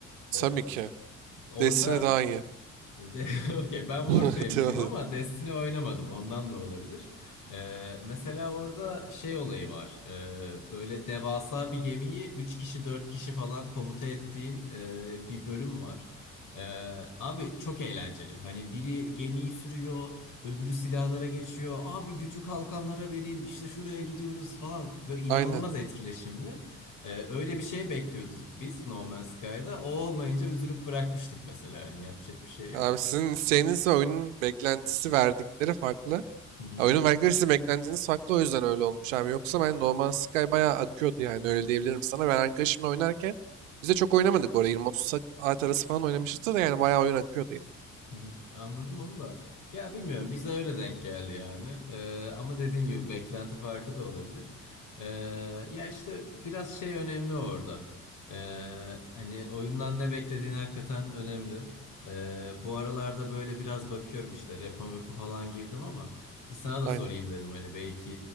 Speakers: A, on the right; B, on the left.
A: Tabii
B: Ee,
A: ki.
B: orada
A: Destiny daha iyi.
B: de- <laughs> Okey ben Warframe'ciyim
A: <laughs> Tabii.
B: ama Destiny oynamadım ondan da olabilir. Ee, mesela orada şey olayı var. Ee, böyle devasa bir gemiyi 3 kişi 4 kişi falan komuta ettiğin e, bir bölüm var. Ee, abi çok eğlenceli. Hani biri gemiyi sürüyor, öbürü silahlara geçiyor. Abi gücü kalkanlara verin, işte şuraya gidiyoruz falan. Böyle inanılmaz
A: Aynen.
B: etkileşimli. Ee, öyle bir şey bekliyorduk biz No Man's Sky'da. O olmayınca üzülüp bırakmıştık mesela. Hani yapacak bir şey yok.
A: Abi sizin isteğiniz ve oyunun beklentisi verdikleri farklı.
B: Hı hı,
A: Ya oyunun verdikleri size beklentiniz farklı o yüzden öyle olmuş abi. Yoksa ben No Man's Sky bayağı akıyordu yani öyle diyebilirim sana. Ben arkadaşımla oynarken biz de çok oynamadık bu arada. 20-30 saat arası falan oynamışız da yani bayağı oyun akıyordu yine.
B: hı hı. Anladım onu da. Ya bilmiyorum bize öyle denk geldi yani. Ee, ama dediğin gibi beklenti farkı da olabilir. Ee, ya işte biraz şey önemli orada. Ee, hani oyundan ne beklediğin hakikaten önemli. Ee, bu aralarda böyle biraz bakıyorum işte repo mepo falan girdim ama bir sana da
A: Aynen.
B: sorayım dedim hani belki